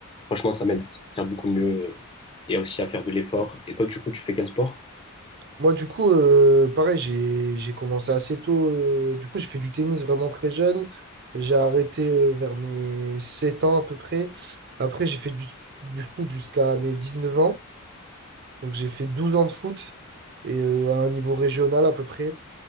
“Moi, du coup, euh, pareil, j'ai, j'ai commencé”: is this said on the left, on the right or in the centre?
Right